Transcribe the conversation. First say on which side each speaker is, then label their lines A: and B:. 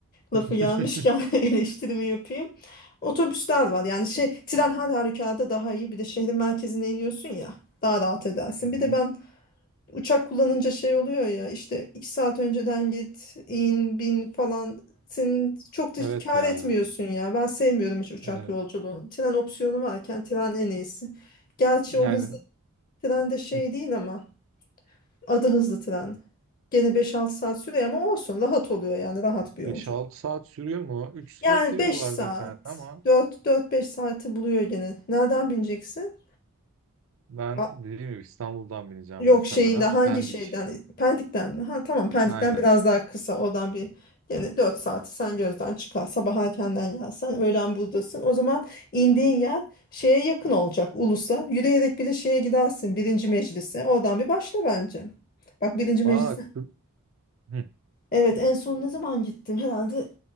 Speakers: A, on the left; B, on the right.
A: lafı
B: <laughs>
A: gelmişken <laughs> eleştirimi yapayım. Otobüsler var. Yani şey tren her halükarda daha iyi. Bir de şehrin merkezine iniyorsun ya daha rahat edersin.
B: Hı hı.
A: Bir de ben uçak kullanınca şey oluyor ya işte iki saat önceden git in bin falan. Sen çok da
B: Evet
A: kâr
B: ya.
A: etmiyorsun ya. Ben sevmiyorum hiç uçak
B: Evet.
A: yolculuğunu. Tren opsiyonu varken tren en iyisi. Gerçi
B: Yani
A: o hız Tren de şey
B: hı,
A: değil ama adı hızlı tren. Gene 5-6 saat sürüyor ama olsun rahat oluyor yani rahat bir yolculuk.
B: 5-6 saat sürüyor mu? 3
A: Yani
B: saatte yiyorlardı
A: 5 saat
B: internette ama
A: 4-4-5 saati buluyor gene. Nereden bineceksin?
B: ben
A: A-
B: dediğim gibi İstanbul'dan bineceğim
A: yok
B: muhtemelen.
A: şeyinde hangi
B: Pendik.
A: şeyden? Pendik'ten mi? Ha tamam Pendik'ten
B: Aynen.
A: biraz daha kısa oradan bir yani 4 saati sen gözden çıkar. Sabah erkenden gelsen öğlen buradasın. O zaman indiğin yer şeye yakın olacak Ulus'a. Yürüyerek bile şeye gidersin birinci meclise. Oradan bir başla bence. Bak birinci meclis
B: Bak. hı, hı,
A: Evet en son ne zaman gittim? Herhalde